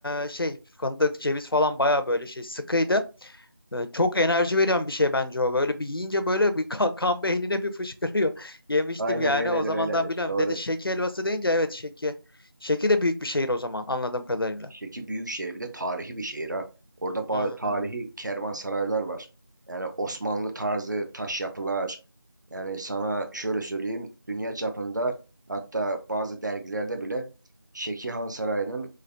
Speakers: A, on the left; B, on the right.
A: e, şey fındık, ceviz falan bayağı böyle şey sıkıydı. E, çok enerji veren bir şey bence o. Böyle bir yiyince böyle bir kan, kan beynine bir fışkırıyor. <laughs> Yemiştim
B: Aynen
A: yani
B: öyledir
A: o zamandan
B: öyledir.
A: biliyorum.
B: Doğru.
A: Dedi şeke helvası deyince evet şeke. Şeki de büyük bir şehir o zaman anladığım kadarıyla.
B: Şeki büyük şehir bir de tarihi bir şehir ha. Orada ba-
A: Hmm.
B: tarihi kervansaraylar var. Yani Osmanlı tarzı taş yapılar. Yani sana şöyle söyleyeyim dünya çapında hatta bazı dergilerde bile Şeki Han Sarayı'nın